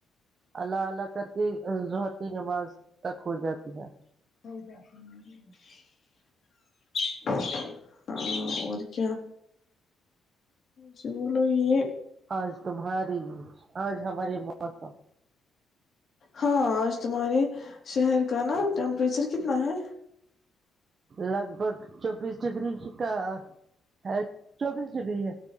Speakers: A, on the right; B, on the left.
A: اللہلہ کر کے ظہر کی نماز تک ہو جاتی ہے
B: <unintelligible> <unintelligible> جسے بولو یہ
A: آج تمہاری آج ہمارے موسم
B: ہاں آج تمہارے شہر کا نا ٹیمپریچر کتنا ہے
A: لگ بھگ چوبیس ڈگری کا ہے چوبیس ڈگری ہے